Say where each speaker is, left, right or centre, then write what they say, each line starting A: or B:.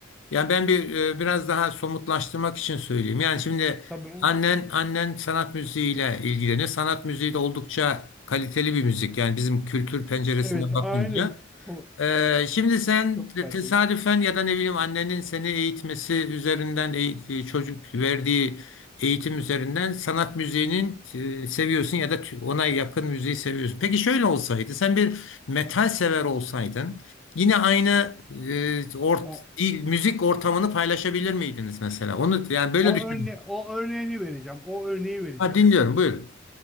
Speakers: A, on the left; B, in the centre.
A: Yani ben bir e, biraz daha somutlaştırmak için söyleyeyim. Yani şimdi
B: Tabii.
A: annen annen sanat müziğiyle ilgileniyor. Sanat müziği de oldukça kaliteli bir müzik. Yani bizim kültür penceresinden
B: Evet,
A: bakınca.
B: aynen. Çok,
A: Ee, şimdi sen
B: çok
A: te-
B: kaliteli.
A: tesadüfen ya da ne bileyim annenin seni eğitmesi üzerinden eğ- e, çocuk verdiği eğitim üzerinden sanat müziğinin e, seviyorsun ya da tü- ona yakın müziği seviyorsun. Peki şöyle olsaydı sen bir metal sever olsaydın yine aynı e, ort,
B: O,
A: dil, müzik ortamını paylaşabilir miydiniz mesela? Onu yani böyle
B: o
A: düşünün.
B: örne o örneğini vereceğim. O örneği vereceğim.
A: Ha, dinliyorum buyurun.